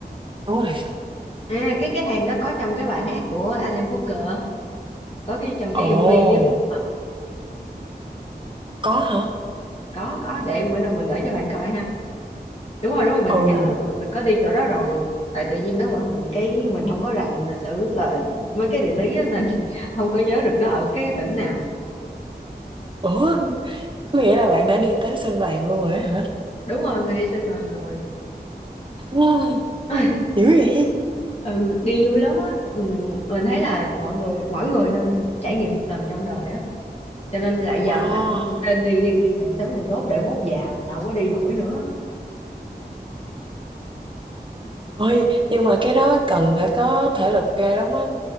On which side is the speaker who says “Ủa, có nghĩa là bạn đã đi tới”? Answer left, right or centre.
Right